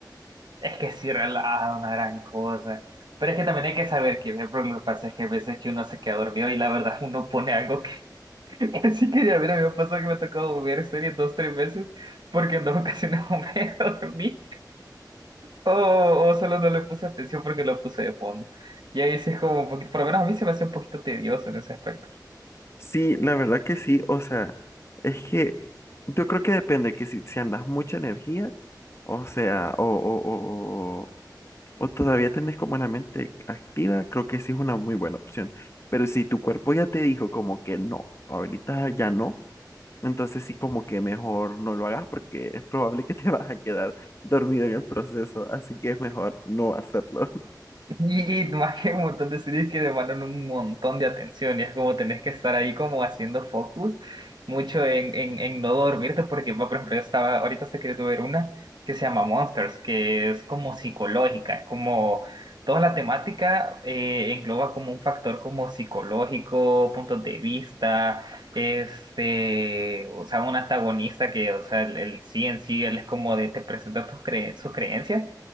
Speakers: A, on the right; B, on the left.
A: Es que sí relaja una gran cosa. Pero es que también hay que saber que por lo que pasa es que a veces que uno se queda dormido y la verdad <laughs> uno pone algo que, <laughs> que sí quería ver. A mí me pasó que me ha tocado ver series dos, tres veces porque en dos ocasiones <laughs> me dormí o, o solo no le puse atención porque lo puse de fondo. Y ahí sí es como un poquito, por lo menos a mí se me hace un poquito tedioso en ese aspecto.
B: Sí, la verdad que sí. O sea, es que yo creo que depende que si, si andas mucha energía, o sea, o, o, o o todavía tenés como la mente activa, creo que sí es una muy buena opción. Pero si tu cuerpo ya te dijo como que no, ahorita ya no, entonces sí como que mejor no lo hagas porque es probable que te <laughs> vas a quedar dormido en el proceso, así que es mejor no hacerlo.
A: Y más que hay un montón de series que demandan un montón de atención, y es como tenés que estar ahí como haciendo focus mucho en, en, en no dormirte, porque va, por ejemplo, yo estaba, ahorita estoy queriendo ver una que se llama Monsters, que es como psicológica, es como toda la temática eh, engloba como un factor como psicológico, puntos de vista, este, o sea, un antagonista que, o sea, el, el sí en sí, él es como de, te presenta tus cre- sus creencias